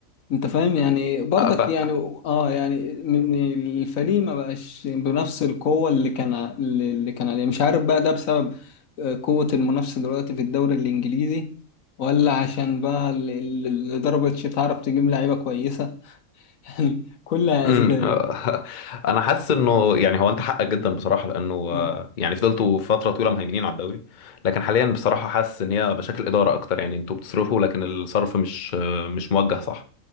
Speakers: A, on the left (about 75°); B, on the left (about 40°).
A: انت فاهم يعني برضك
B: فيرجسون
A: يعني اه يعني م- م- الفريق ما بقاش بنفس القوة اللي كان اللي كان عليه مش عارف بقى ده بسبب آه، قوة المنافسة دلوقتي في الدوري الانجليزي ولا عشان بقى ال- ال- الإدارة مبقتش تعرف تجيب لعيبة كويسة <laughs> يعني كلها
B: امم
A: أسباب
B: آه، <laughs> انا حاسس انه يعني هو انت حقك جدا بصراحه لانه آه،
A: آه.
B: يعني فضلتوا فتره طويله مهيمنين على الدوري لكن حاليا بصراحه حاسس ان هي مشاكل اداره اكتر يعني انتوا بتصرفوا لكن الصرف مش آه، مش موجه صح